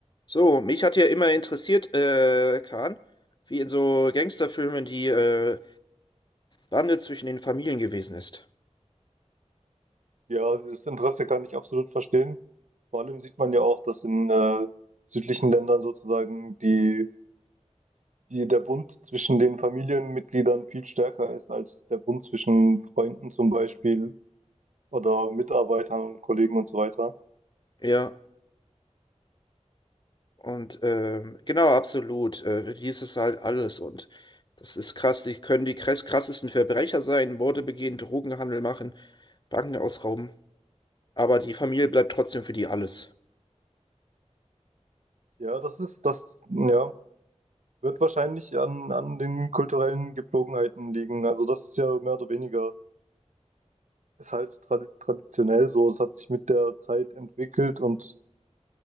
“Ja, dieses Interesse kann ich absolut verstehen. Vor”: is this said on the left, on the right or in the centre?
Right